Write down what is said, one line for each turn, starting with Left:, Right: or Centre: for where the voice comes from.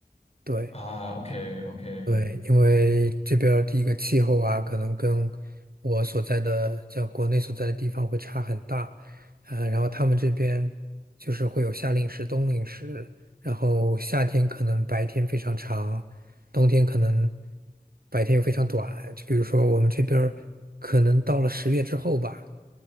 Right: 对。
Left: 啊？OK OK
Right: 对，因为这边儿第一个气候啊，可能跟我所在的像国内所在的地方会差很大，呃，然后他们这边就是会有夏令时、冬令时，然后夏天可能白天非常长，冬天可能白天又非常短。就比如说我们这边儿可能到了十月之后吧，